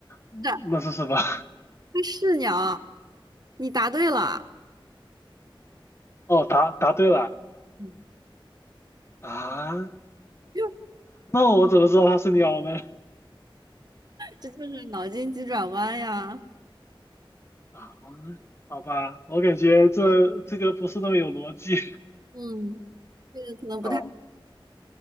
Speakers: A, on the left; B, on the right.
A: 嗯那是什么？
B: 它
A: <laughs>
B: 是鸟，你答对了，
A: 哦，答答对了
B: 嗯
A: 啊！
B: <laughs>
A: 那我怎么知道他是鸟呢？
B: 这就是脑筋急转弯呀。
A: 啊，好吧，我感觉这这个不是那么有逻辑。
B: 嗯，这个可能不太
A: <laughs> 好，